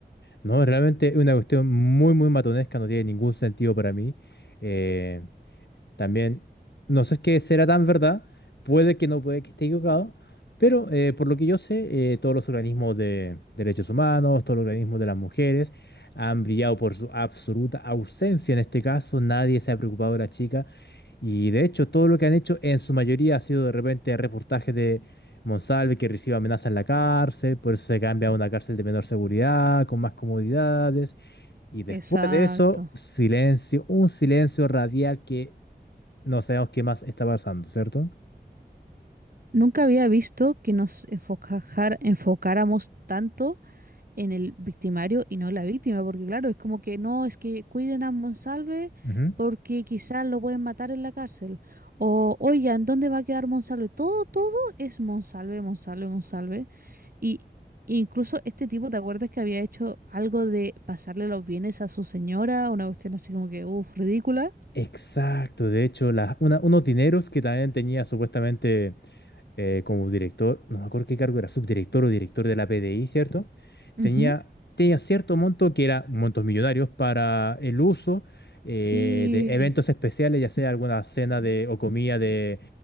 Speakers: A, on the left (about 75°); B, on the right (about 55°).
A: no, realmente es una cuestión muy, muy matonesca, no tiene ningún sentido para mí. eh, También, no sé qué será tan verdad, puede que no, puede que esté equivocado, pero eh, por lo que yo sé, eh, todos los organismos de derechos humanos, todos los organismos de las mujeres han brillado por su absoluta ausencia en este caso, nadie se ha preocupado de la chica y de hecho todo lo que han hecho en su mayoría ha sido de repente reportajes de Monsalve que recibe amenazas en la cárcel, por eso se cambia a una cárcel de menor seguridad, con más comodidades. Y después
B: Exacto.
A: de eso, silencio, un silencio radial que no sabemos qué más está pasando, ¿cierto?
B: Nunca había visto que nos enfocajar- enfocáramos tanto en el victimario y no en la víctima, porque claro, es como que no, es que cuiden a Monsalve
A: Ujú.
B: porque quizás lo pueden matar en la cárcel. O, oigan, ¿dónde va a quedar Monsalve? Todo, todo es Monsalve, Monsalve, Monsalve. Y incluso este tipo, ¿te acuerdas que había hecho algo de pasarle los bienes a su señora? Una cuestión así como que, uff, ridícula.
A: Exacto, de hecho, la- una- unos dineros que también tenía supuestamente eh, como director, no me acuerdo qué cargo era, subdirector o director de la PDI, ¿cierto?
B: Ujú,
A: Tenía, tenía cierto monto que era montos millonarios para el uso eh,
B: Sí.
A: de eventos especiales, ya sea alguna cena de, o comida de,